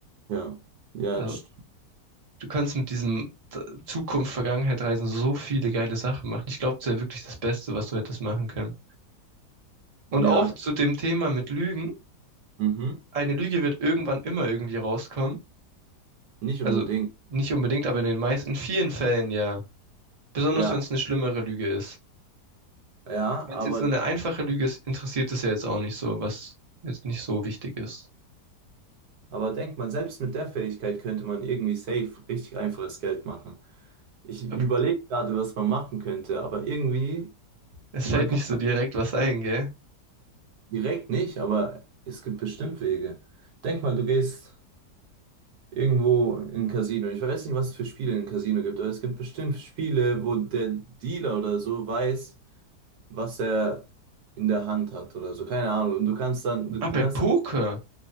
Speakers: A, on the right; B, on the right.
A: Ja. Ja,
B: Also,
A: das stimmt.
B: du kannst mit diesem T- Zukunft, Vergangenheit reisen so viele geile Sachen machen. Ich glaube, das wäre wirklich das Beste, was du hättest machen können. Und
A: ja,
B: auch zu dem Thema mit Lügen.
A: mhm.
B: Eine Lüge wird irgendwann immer irgendwie rauskommen.
A: Nicht unbedingt.
B: Also nicht unbedingt, aber in den meisten, in vielen Fällen ja. Besonders
A: Ja,
B: wenn es eine schlimmere Lüge ist.
A: ja,
B: Wenn
A: aber,
B: es jetzt so eine einfache Lüge ist, interessiert es ja jetzt auch nicht so, was jetzt nicht so wichtig ist.
A: aber denkt man, selbst mit der Fähigkeit könnte man irgendwie safe richtig einfaches Geld machen. Ich
B: Aber
A: überlege gerade, was man machen könnte, aber irgendwie,
B: es fällt
A: man kann
B: nicht so direkt was ein, gell?
A: direkt nicht, aber es gibt bestimmt Wege. Denk mal, du gehst irgendwo in ein Casino. Ich weiß nicht, was es für Spiele in Casino gibt, aber es gibt bestimmt Spiele, wo der Dealer oder so weiß, was er in der Hand hat oder so. Keine Ahnung. Und du kannst dann, du
B: Ah,
A: du
B: bei
A: kannst
B: Poker.